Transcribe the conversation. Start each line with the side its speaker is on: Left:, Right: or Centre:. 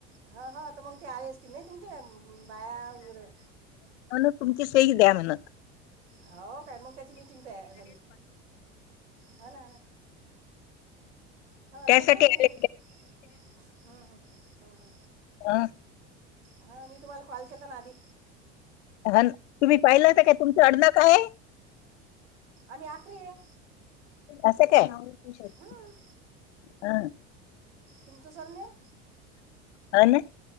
Right: हा हा तर मग ते आले असतील नाही तुमच्या बाया वगैरे
Left: म्ह तुमची सई द्या म्हणत
Right: हो काय मग त्याची मिटिंग तया झाली हा ना हा
Left: त्यासाठी
Right: तेचत म्हटलं
Left: आले
Right: मी हम् हम हम्म हम्म
Left: हह
Right: हा मी तुम्हाला कॉल केलता ना आधी
Left: हा तुम्ही पाहिलाता का तुमच आडनाव काय आहे
Right: आम्ही आखरी आहे
Left: असं काय हा
Right: हं तुमचं सरनेम
Left: अ ना